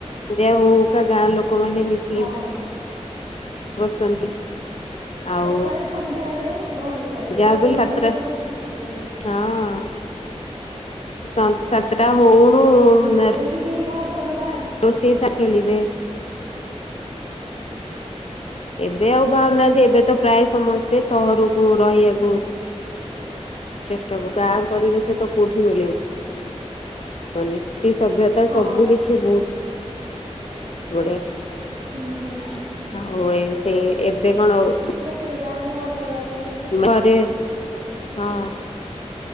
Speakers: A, on the left; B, on the right.
A: ଲାଗୁଚି।
B: ହଁ।
A: ବସନ୍ତି। ଆଉ
B: ସକାଳେ ସନ୍ଧ୍ୟା ବେଳେ ଗହଳି ଥାଏ ଏବେ
A: ଯାହା ବି
B: ଭୁବନେଶ୍ଵରରେ
A: ହେଲେ ସାତଟା
B: ହୁଁ।
A: ହଁ ସାତଟା ସାତଟା ହଉ ହଉ ଉଁ
B: ହଁ
A: ଦ
B: ଏଇଠି କେହି କାହା ଘରୁ ବା
A: ରୋଷେଇ ସା ଖେଲିବେ। ଏବେ ଆଉ ବାହାରୁନାହାନ୍ତି ଏବେ ତ ପ୍ରାୟ ସମସ୍ତେ ସହରକୁ ରହିବାକୁ ଚେଷ୍ଟାକୁ ଗାଁ ପରିବେଶ ତ କୋଉଠି ମିଳେ ବନି ନିତି ସଭ୍ୟତା
B: ହଁ
A: ସବୁ କିଛି ବହୁତ ବଢିଆ
B: ହୁଁ ହୁଁ
A: ଆଉ ଏ ସେ ଏବେ କଣ ଆଉ
B: ତେ ଗାଁକୁ ଅନେଇବାର ନାଇଁ କିଛି ନାଇଁ।
A: ଘରେ ହଁ